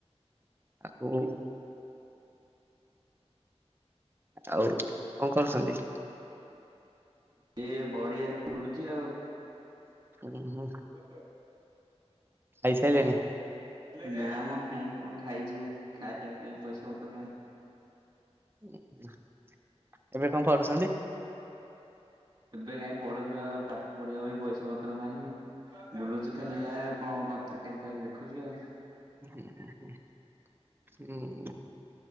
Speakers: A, on the right (about 20°); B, on the right (about 40°).
A: ଆ ଓ। ଆଉ କଣ କରୁଛନ୍ତି?
B: ଏ ପଡିଆରେ ବୁଲୁଛି ଆଉ।
A: ହୁଁ ହୁଁ।
B: ଆ ଓ।
A: ଖାଇ ସାରିଲେଣି?
B: ନା ମ କଣ କଣ ଖାଇଛୁ ଖାଇବା ପାଇଁ ପଇସା ପତ୍ର ନାହିଁ।
A: ଉଁ ଉଁ ଏବେ କଣ ପଢ଼ୁଛନ୍ତି?
B: ଏବେ କାହିଁ ପଢୁଛୁ ଆଉ ପାଠ ପଢିବା ପାଇଁ ପଇସା ପତ୍ର ନାହିଁ। ବୁଲୁଚୁ ଖାଲି ଯାହା ଆଉ କଣ କଣ ଚାକିରି ଫାକିରି ଦେଖୁଛୁ ଆଉ।
A: ହୁଁ ହୁଁ ହୁଁ